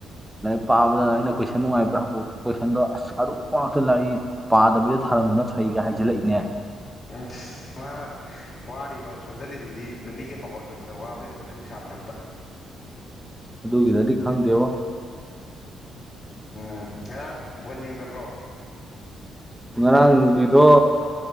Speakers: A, in the centre; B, on the left.
A: ꯂꯥꯏꯔꯤꯛ ꯄꯥꯕꯗ ꯑꯩꯅ ꯀꯣꯏꯁꯟ ꯅꯨꯡꯉꯥꯏꯕ꯭ꯔꯥ ꯍꯪꯕ ꯀꯣꯏꯁꯟꯗꯣ ꯑꯁ ꯑꯔꯨ ꯄꯇ ꯂꯥꯏꯔꯤ ꯄꯥꯗꯕꯤꯗ ꯈꯔꯝꯕꯅ ꯐꯩꯒ ꯍꯥꯏꯖꯤꯜꯂꯛꯏꯅꯦ
B: ꯎꯝ ꯃꯥꯅ ꯋꯥꯔꯤꯕ ꯁꯣꯟꯖꯜꯂꯤꯗꯨꯗꯤ ꯅꯨꯄꯤꯒꯤ ꯄꯥꯎꯀꯣꯜ ꯆꯣꯠꯄꯗ ꯋꯥꯕ ꯌꯧꯒꯅꯤ ꯅꯨꯡꯁꯥ ꯑꯃꯂꯛꯇ
A: ꯑꯗꯨꯒꯤꯗꯗꯤ ꯈꯪꯗꯦꯕ
B: ꯎꯝ ꯉꯔꯥꯡ ꯕꯣꯟ ꯌꯦꯡꯗꯕ꯭ꯔꯣ
A: ꯉꯔꯥꯡ ꯂꯤꯗꯣ